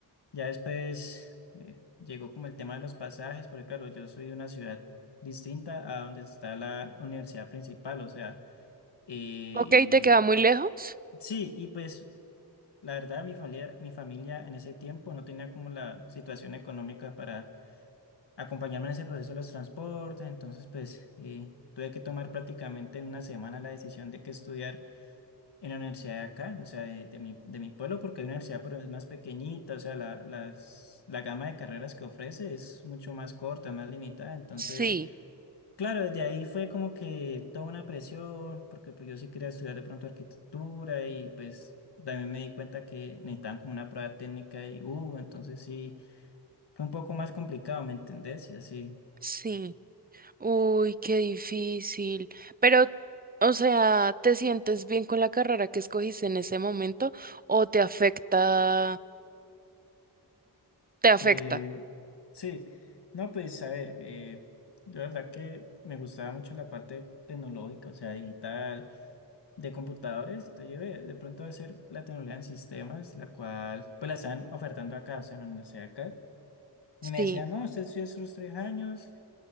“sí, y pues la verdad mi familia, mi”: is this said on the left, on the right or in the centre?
Left